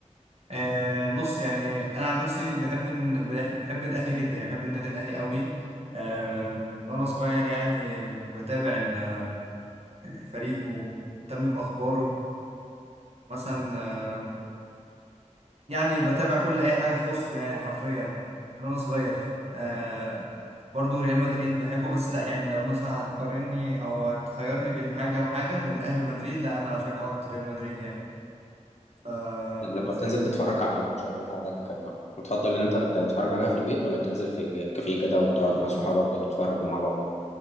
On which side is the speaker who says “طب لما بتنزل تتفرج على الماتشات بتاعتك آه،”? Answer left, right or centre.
Left